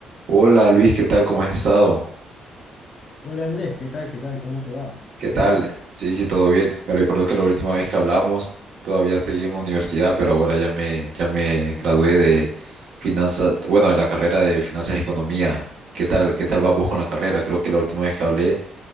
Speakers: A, on the right (about 70°); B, on the left (about 50°).
A: Hola Luis, ¿qué tal? ¿Cómo has estado?
B: Hola Andrés, ¿qué tal? ¿Qué tal? ¿Cómo te va? ¿Todo
A: ¿Qué tal?
B: bien?
A: Sí, sí, todo bien. Me recuerdo que la última vez que hablamos todavía seguí en la universidad, pero ahora ya me, ya me gradué de finanzas, bueno, de la carrera de finanzas y economía. ¿Qué tal? ¿Qué tal vas vos con la carrera? Creo que la última vez que hablé